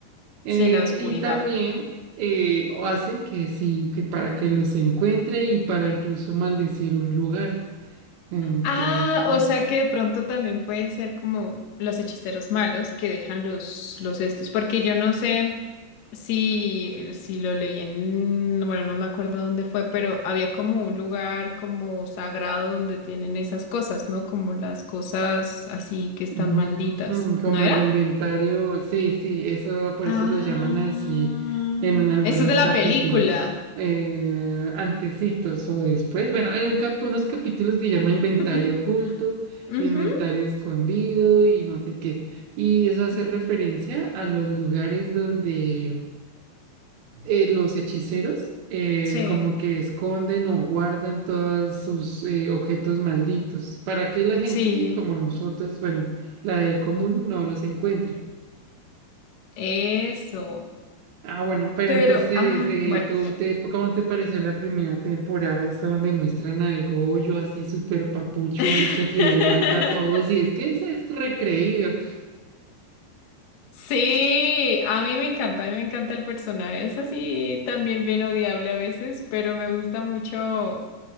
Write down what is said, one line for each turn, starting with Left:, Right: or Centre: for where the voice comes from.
Right: Eh,
Left: sí, la oscuridad.
Right: y también eh, o hacen que sí, que para que los encuentre y para incluso maldecir un lugar. Entonces,
Left: Ah, o sea que de pronto también puede ser como los hechiceros malos que dejan los, los estos, porque yo no sé si, si lo leí en, bueno, no me acuerdo dónde fue, pero había como un lugar como sagrado donde tienen esas cosas, ¿no? Como las cosas así que están
Right: mm,
Left: malditas,
Right: mm, como
Left: ¿no era?
Right: el inventario, sí, sí, eso por
Left: Ah,
Right: eso lo llaman así en, en algunos
Left: eso es de la
Right: capítulos.
Left: película.
Right: eh, antecitos o después, bueno, hay un cap- unos capítulos que llama inventario
Left: <laughs>
Right: oculto, inventario
Left: Ujú.
Right: escondido y no sé qué. Y eso hace
Left: Mm,
Right: referencia a los lugares donde eh, los hechiceros eh,
Left: Sí,
Right: como que esconden o guardan todos sus eh, objetos malditos para que la gente
Left: sí,
Right: como nosotros, bueno, la del común no los encuentre.
Left: eso.
Right: Ah, bueno, pero
Left: Pero,
Right: entonces,
Left: ah,
Right: eh,
Left: bueno.
Right: ¿tú te, cómo te pareció la primera temporada? Esa donde muestran al Goyo así súper papucho,
Left: <laughs>
Right: ese que mata a todos y es que ese es recreído.
Left: Sí, a mí me encanta, a mí me encanta el personaje. Es así también bien odiable a veces, pero me gusta mucho